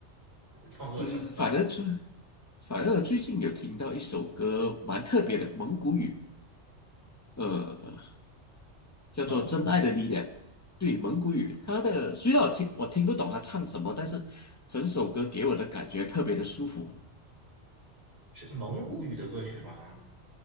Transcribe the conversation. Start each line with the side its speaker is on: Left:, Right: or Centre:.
Right: 呃创作手段。
Left: 嗯，反而最反而最近有听到一首歌蛮特别的蒙古语，呃，叫做《真爱的力量》。
Right: 蒙古
Left: 对，蒙古语，它的虽然我听我听不懂他唱什么，但是整首歌给我的感觉特别的舒服。
Right: 是蒙古语的歌曲吗？